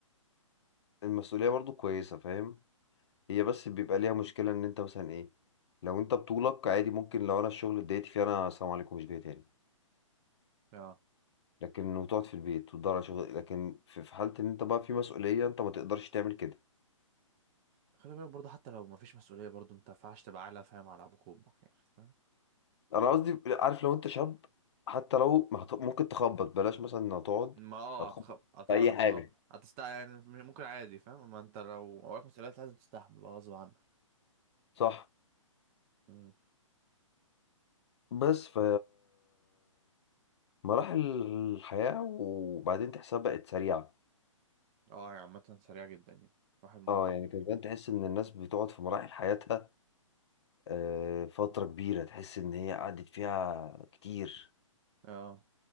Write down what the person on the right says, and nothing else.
اه
خلي بالك برضه حتى لو مفيش مسؤولية برضه انت مينفعش تبقى عالة فاهم على ابوك وامك يعني فاهم
ما اه
هتخ... هتعرف
اه هتستع يعني ممكن عادي فاهم اما انت لو وراك مسؤوليات لازم تستحمل بقى غصب عنك
مم.
اه هي عامة سريعة جدا يعني الواحد ما
اه